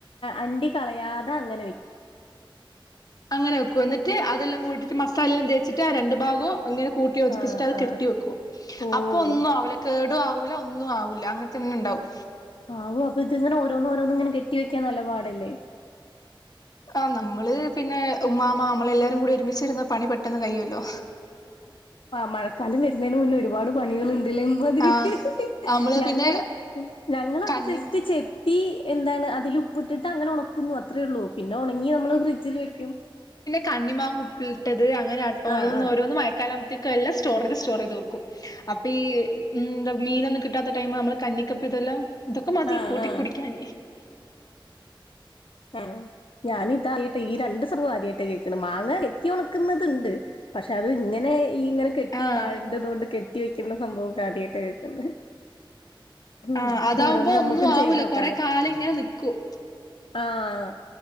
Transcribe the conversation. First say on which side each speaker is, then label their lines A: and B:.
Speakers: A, on the left (about 75°); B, on the left (about 45°).
A: അണ്ടി കളയാതെ അങ്ങനെ വെക്കും.
B: അങ്ങനെക്കെ വന്നിട്ട് അതെല്ലാം കൂട്ടിട്ട് മസാലെല്ലാം തേച്ചിട്ട് ആ രണ്ണ്ട് ഭാഗവും ഇങ്ങനെ. കൂട്ടിയോജിപ്പിച്ചിട്ട്
A: ആ
B: അത്
A: ആ
B: കെട്ടി വെക്കും
A: ഓ
B: അപ്പൊ ഒന്നും ആവുലക്കേട ല ഒന്നും ആവൂല്ല അങ്ങനെ തന്നെ ഉണ്ടാവും.
A: ആവോഅപ്പൊ ഇതിങ്ങനെഓന്നും ഓരോന്നും ഇങ്ങനെ കെട്ടി വെക്കാൻ നലപാടല്ലേ?
B: ആ് നമ്മള് പിന്നെ ഉമ്മാമാ നമ്മള എല്ലാരും കൂടി ഒരുമിച്ചച്ച്രുന്ന പണി പെട്ടെന്ന് കഴിയുമല്ലോ?
A: മഴക്കാലം വരുന്നതിന് മുന്നെ ഒരുപാട് പണികള തിരി
B: ആഹ്
A: ഒക്കെ
B: നമ്മള്
A: ഞങ്ങള്
B: പിന്നെ
A: ഞങ്ങളത്
B: കണ്ണി
A: ജസ്റ്റ് ചെത്തി <inaudible> എന്താണ് അതിൽ ഉപ്പിട്ടിട്ട് അങ്ങനെ ഉണക്കുന്നു അത്രേ ഉള്ളൂ പിന്നെ ഉണങ്ങി നമ്മള് ഫ്രിഡ്ജിൽ വെക്കും.
B: കണിമാങ്ങങ് ഉപ്പിലട്ടത് അങ്ങനെ ഓോഓരോന്നും
A: ആഹ് ആഹ്
B: മയക്കാലകുമത്തേക്കല്ല സ്റ്റോർ ചെയ്ത് സ്റ്റോർ ചെയ്ത്വക്കും. <inaudible> അപ്പ ഈ മ്ന്താമീനൊന്നും കിട്ടാത്ത ടൈം നമ്മള് കഞ്ഞിക്കപ്പ ഇതെല്ലാം ക്കു <inaudible> ഇതൊക്കെ മതി
A: ആഹ്
B: കൂട്ടി
A: ആഹ്
B: കുടിക്കാൻ.
A: ആ ഞാനിതായിട്ട് ഈ രണ്ട്. ആദ്യമായിട്ട് കേൾക്ക മാങ്ങ കെത്തി ഒണക്കുന്നുന്നത്ണ്ട് പക്ഷെ അത് ഇങ്ങനെ. ഈ ഇങ്ങനെ കെട്ടി
B: ആഹ്
A: വാഴണ്ടതുകൊണ്ട് കെട്ടി വെക്കുന്ന സംഭവംക്കെ ആദ്യട്ട് തേക്കു ന്നേ <inaudible> ഉം
B: ആഹ് അതാവുമ്പോ
A: ഓരോന്ന് നമ്മക്കും
B: ഒന്നും ആവൂല
A: ചെയ്ത് ഓക്കാല്ലോ
B: കൊറെ കാലം ഇങ്ങനെ നിക്കും
A: ആഹ.